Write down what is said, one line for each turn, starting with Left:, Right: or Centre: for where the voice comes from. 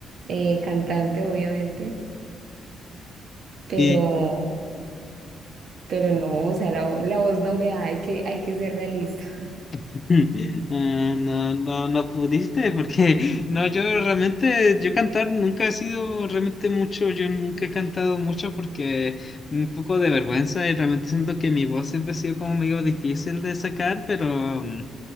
Right: eh, cantante, obviamente, pero...
Left: Y
Right: Pero no, o sea, la, la voz no me da, hay que, hay que ser realista. <laughs>
Left: <laughs> Ah, no, no, no pudiste, porque no, yo realmente, yo cantar nunca he sido realmente mucho, yo nunca he cantado mucho porque un poco de vergüenza y realmente siento que mi voz siempre ha sido como medio difícil de sacar, pero, mm,